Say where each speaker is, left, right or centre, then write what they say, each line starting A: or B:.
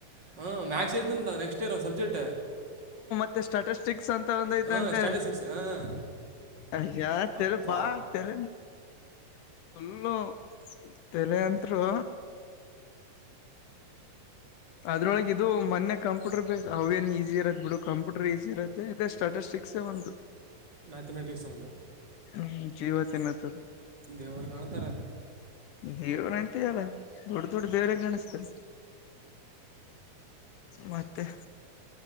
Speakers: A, on the right; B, on the left.
A: ಹ್ಮ್ ಮಾಥ್ಸ್ ಐತಂದ ನೆಕ್ಸ್ಟ್ ಇಯರ್ ಸಬ್ಜೆಕ್ಟ್
B: ಮತ್ತ ಸ್ಟೇಸ್ಟಿಕ್ಸ್ ಅಂತ ಒಂದ ಐತಂತೆ
A: ಹಾಂ ಸ್ಟ್ಯಾಟಿಸ್ಟಿಕ್ಸ್ ಹಾಂ
B: ಅಯಾ ತರೆ
A: ಅಪ್ಪ
B: ಬಾ ತರೆ ಫುಲ್ಲು ತಲೆತ್ರು ಅದ್ರೊಳಗೆ ಇದು ಮೊನ್ನೆ ಕಂಪ್ಯೂಟರ್ ಬೇಸ್ ಅವೇನು ಈಸಿ ಇರತ್ತ ಬಿಡು ಕಂಪ್ಯೂಟರ್ ಈಸಿ ಇರತ್ತೆ ಮತ್ತೆ ಸ್ಟೇಸ್ಟಿಕ್ಸ್ ಒಂದು
A: ಮ್ಯಾಥಮೆಟಿಕ್ಸ್ ಒಂದು
B: ಹ್ಞ ಜೀವತ್ತಿನತ
A: ದವರ ಕಾಣಂತರ
B: ದೇವ ನತಿ ಯಲ್ಲ ದೊಡ್ಡ ದೊಡ್ಡ ದೇವರ ಗಾಣಿಸತ ಮತ್ತೆ